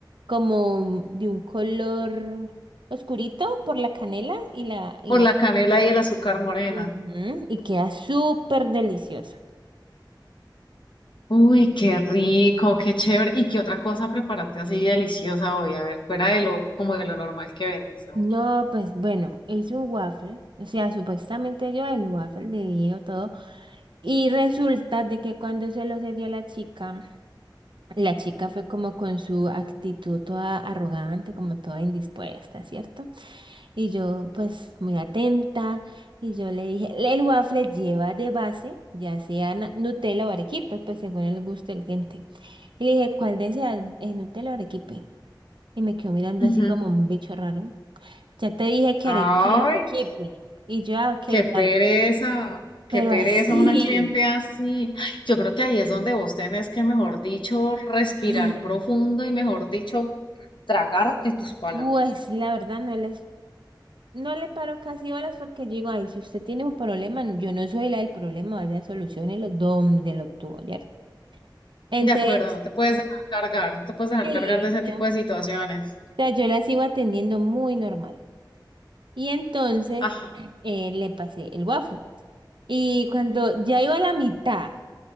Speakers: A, on the right; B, on the left.
A: como de un color oscurito por la canela y la y
B: por
A: la
B: la canela y el azúcar morena.
A: Ujú, y queda súper deliciosa.
B: Uy, qué rico, qué chévere. ¿Y qué otra cosa preparaste así deliciosa hoy? A ver, fuera de lo, como de lo normal que vendes. a
A: No,
B: ver.
A: pues bueno, hice un waffle, o sea, supuestamente yo el waffle de vino todo y resulta de que cuando se lo serví a la chica La chica fue como con su actitud toda arrogante, como toda indispuesta, ¿cierto? Y yo, pues, muy atenta, y yo le dije, el waffle lleva de base, ya sea na- Nutella o arequipe, pues según el gusto del gente. Y le dije, ¿cuál deseas, eh, Nutella o arequipe? Y me quedó mirando
B: Ujú.
A: así como un bicho raro. Ya te dije que,
B: Ay,
A: are- que arequipe. Y yo, ah, ok,
B: qué pereza,
A: vale.
B: qué
A: Pero
B: pereza
A: así.
B: una cliente así. Ay, Yo creo que ahí es donde vos tenés que, mejor dicho, respirar
A: <sighs>
B: profundo y, mejor dicho, tragarte tus palabras.
A: Pues la verdad no les No le paro casi horas porque digo, ay, si usted tiene un problema, yo no soy la del problema, vaya, soluciónelo donde lo tuvo, ¿cierto? Entonces,
B: De acuerdo, no te puedes dejar cargar, no te puedes dejar
A: sí,
B: cargar de ese
A: yo,
B: tipo
A: o
B: de situaciones.
A: sea, yo la sigo atendiendo muy normal. Y entonces
B: Ajá.
A: <clears throat> eh, le pasé el waffle. Y cuando ya iba a la mitad,